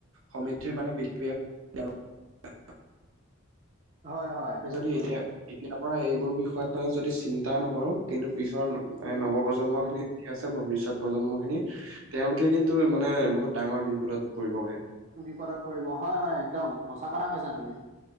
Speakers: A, on the right; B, on the right.
A: সমৃদ্ধিৰ মানে পৃথিৱী এখন <unintelligible>
B: <inaudible> হয়,
A: আমি যদি এতিয়া, এতিয়া পৰা এইবোৰ বিষয়ত মানে যদি চিন্তা নকৰোঁ, কিন্তু পিছৰ
B: উম।
A: এ নৱপ্ৰজন্মখিনি আছে ভৱিষ্যত প্ৰজন্মখিনি। তেওঁলোকে কিন্তু মানে বহুত ডাঙৰ বিপদত পৰিবগে।
B: বিপদত পৰিব, হয় হয়। একদম সঁচা কথা কৈছা তুমি।